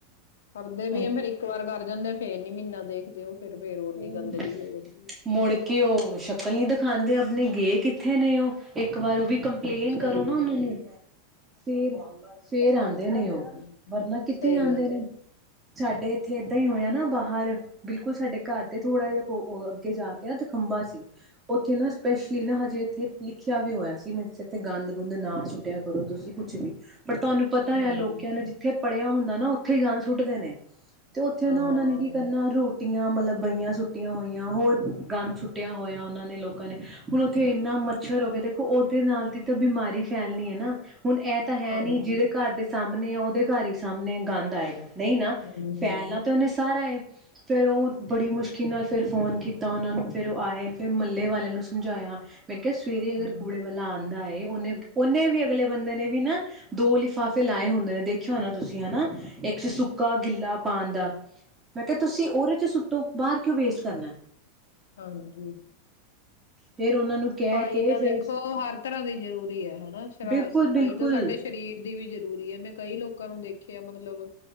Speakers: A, on the left; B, on the right.
A: ਕਰਦੇ ਵੀ
B: ਐ
A: ਆ
B: ਤੇ
A: ਫੇਿਰ ਇੱਕ ਵਾਰ ਕਰ ਜਾਂਦੇ ਫੇਰ ਨੀ ਮਹੀਨਾ ਦੇਖਦੇ ਉਹ ਫਿਰ ਫੇਰ ਓਨੀ
B: ਫਰ
A: ਗੰਦਗੀ ਹੋ ਜਾਂਦੀ
B: ਮੁੜ ਕੇ ਉਹ ਸ਼ਕਲ ਨਹੀਂੀ ਦਿਖਾਉਂਦੇ ਨੇ ਗਏ ਕਿੱਥੇ ਨੇ ਉਹ ਇੱਕ ਵਾਰ ਉਹ ਵੀ ਕੰਪਲੇਨ
A: ਸਹੀ
B: ਕਰੋ ਨਾ
A: ਗੱਲ
B: ਉਹਨਾਂ
A: ਹੈ।
B: ਨੂੰ ਫੇਰ ਫੇਰ ਆਉਂਦੇ ਨੇ
A: ਹਮ
B: ਉਹ ਵਰਨਾ ਕਿਥੇ
A: ਸਹੀ
B: ਆਉਂਦੇ
A: ਗੱਲ
B: ਨੇ
A: ਹੈ।
B: ਸਾਡੇ ਇੱਥੇ ਏਦਾਂ ਹੀ ਹੋਇਆ ਨਾ ਬਾਹਰ ਬਿਲਕੁਲ ਸਾਡੇ ਘਰ ਦੇ ਥੋੜਾ ਜਿਹਾ ਕੋ ਅੱਗੇ ਜਾ ਕੇ ਨਾ ਤ ਖੰਬਾ ਸੀ ਉੱਥੇ ਨਾ ਸਪੈਸ਼ਲੀ ਨਾ ਹਜੇ ਇੱਥੇ ਲਿਖਿਆ ਵੀ ਹੋਇਆ ਸੀ ਮ ਇਥੇ ਗੰਦ ਗੁੰਦ ਨਾ ਸੁੱਟਿਆ ਕਰੋ ਤੁਸੀਂ ਕੁਛ ਵੀ ਪਰ ਤੁਹਾਨੂੰ ਪਤਾ
A: ਹੂੰ,
B: ਆ ਲੋਕਿਆ ਨੇ ਜਿੱਥੇ ਪੜ੍ਹਿਆ ਹੁੰਦਾ ਨਾ ਉੱਥੇ ਹੀ ਗਣ ਸੁੱਟਦੇ ਨੇ ਤੇ ਉੱਥੇ
A: ਹਾਂ,
B: ਨਾ ਉਹਨਾਂ ਨੇ ਕੀ ਕਰਨਾ ਰੋਟੀ ਜ ਮਤਲਬ ਬਹੀਆਂ ਸੁੱਟੀਆਂ ਹੋਈਆਂ ਹੋਰ ਗੰਦ ਸੁੱਟਿਆ ਹੋਇਆ ਉਹਨਾਂ ਨੇ ਲੋਕਾਂ ਨੇ ਹੁਣ ਉੱਥੇ ਇੰਨਾ ਮੱਛਰ ਹੋ ਗਿਆ ਦੇਖੋ ਉਹਦੇ ਨਾਲ ਦੀ ਤਾਂ ਬਿਮਾਰੀ ਫੈਲਣੀ ਹੈ ਨਾ ਹੁਣ ਇਹ ਤਾਂ ਹੈ
A: ਹਾਂਜੀ,
B: ਨੀ ਜਿਹਦੇ ਘਰ ਦੇ ਸਾਹਮਣੇ ਉਹਦੇ ਘਰ ਹੀ ਸਾਹਮਣੇ ਗੰਦ ਆਏਗਾ। ਨਹੀਂ ਨਾ,
A: ਹੂੰ, ਹੂੰ,
B: ਫੈਲਣਾ ਤਾਂ ਉਹਨੇ ਸਾਰਾ ਫੇਰ ਉਹ ਬੜੀ ਮੁਸ਼ਕਿਲ ਨਾਲ ਫਿਰ ਫੋਨ ਕੀਤਾ ਉਹਨਾਂ ਨੂੰ ਫਿਰ ਉਹ ਆਏ ਫਿਰ ਮਹੱਲੇ ਵਾਲਿਆਂ ਨੂੰ ਸਮਝਾਇਆ। ਮੈਂ ਕਿਹਾ ਸਵੇਰੇ ਅਗਰ
A: ਹੂੰ,
B: ਕੂੜੇ ਵਾਲਾ ਆਉਂਦਾ ਏ ਉਹਨੇ ਉਹਨੇ ਵੀ ਅਗਲੇ ਬੰਦੇ ਨੇ ਵੀ ਨਾ ਦੋ ਲਿਫਾਫੇ ਲਾਏ ਹੁੰਦੇ ਨੇ ਦੇਖਿਓ ਹਨ ਨਾ ਤੁਸੀਂ ਹਨਾ। ਇੱਕ ਚ ਸੁੱਕਾ ਗਿੱਲਾ ਪਾਉਣ ਦਾ ਮੈਂ ਕਿਹਾ ਤੁਸੀਂ ਉਹਦੇ ਚ ਸੁ ਤ ਬਾਹਰ ਕਿਉਂ ਵੇਸਟ ਕਰਨਾ।
A: ਹਾਂ, ਜੀ।
B: ਫੇਰ ਉਹਨਾਂ ਨੂੰ
A: ਸਫ਼ਾਈ
B: ਕਹਿ ਕੇ
A: ਤਾਂ
B: ਫਿਰ
A: ਦੇਖੋ ਹਰ ਤਰ੍ਹਾਂ ਦੀ ਜ਼ਰੂਰੀ ਹੈ ਹਨਾ। ਸ-
B: ਬਿਲਕੁਲ
A: ਸਫ਼ਾਈ
B: ਬਿਲਕੁਲ
A: ਤਾਂ ਸਾਡੇ ਸਰੀਰ ਦੀ ਵੀ ਜਰੂਰੀ ਹੈ ਮੈਂ ਕਈ ਲੋਕਾਂ ਨੂੰ ਦੇਖਿਆ ਮਤਲਬ।